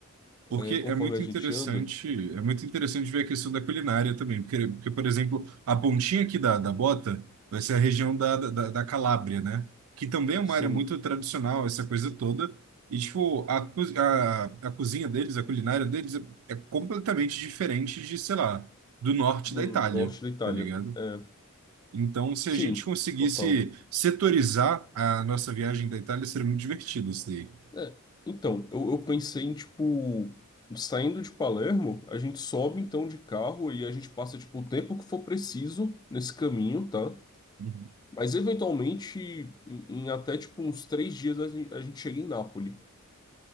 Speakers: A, on the right (about 70°); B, on the left (about 20°).
A: Porque
B: É, conforme
A: é muito
B: a gente
A: interessante,
B: anda.
A: é muito interessante ver a questão da culinária também, porque, porque, por exemplo, a pontinha aqui da, da bota vai ser a região da, da, da Calábria, né? Que também é uma
B: Sim,
A: área muito tradicional, essa coisa toda. E, tipo, a, co- a, a cozinha deles, a culinária deles é, é completamente diferente de, sei lá, do norte
B: do
A: da Itália,
B: norte da Itália.
A: tá ligado?
B: É,
A: Então, se
B: sim,
A: a gente conseguisse
B: total.
A: setorizar a nossa viagem da Itália, seria muito divertido isso daí.
B: É, então, eu, eu pensei em, tipo, saindo de Palermo, a gente sobe então de carro e a gente passa, tipo, o tempo que for preciso nesse caminho, tá?
A: Uhum.
B: Mas eventualmente, em, em até tipo uns três dias, a gente, a gente chega em Nápoles.